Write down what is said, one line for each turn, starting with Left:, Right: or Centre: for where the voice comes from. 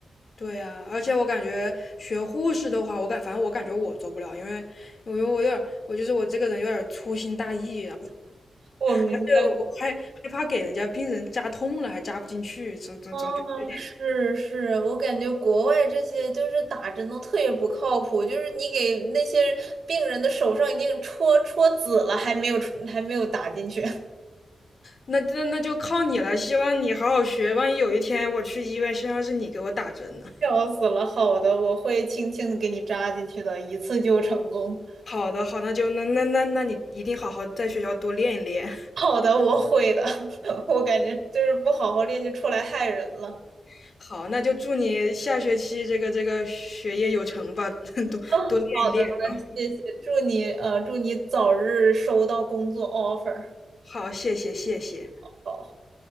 Left: 对呀，而且我感觉学护士的话，我感反正我感觉我做不了，因为因为我有点我就是我这个人有点粗心大意，
Right: 我明白。
Left: 而且我害害怕给人家病人扎痛了，还扎不进去，总总总觉得有点。
Right: 啊，是是，我感觉国外这些就是打针都特别不靠谱，就是你给那些病人的手上已经戳戳紫了，还没有还没有打进去，
Left: 那那那就靠你了，希望你好好学，万一有一天我去医院，身上是你给我打针呢。
Right: <laughs>
Left: <laughs>
Right: 笑死了。好的，我会轻轻的给你扎进去的，一次就成功。
Left: 好的，好，那就那那那那你一定好好在学校多练一练。
Right: 好的，我会的。<laughs> 我感觉就是不好好练就出来害人了。
Left: <laughs> 好，那就祝你下学期这个这个学业有成吧，<laughs> 多多练一练啊。
Right: 嗯，好的，那谢谢，祝你呃祝你早日收到工作 offer。
Left: 好，谢谢谢谢。
Right: 好，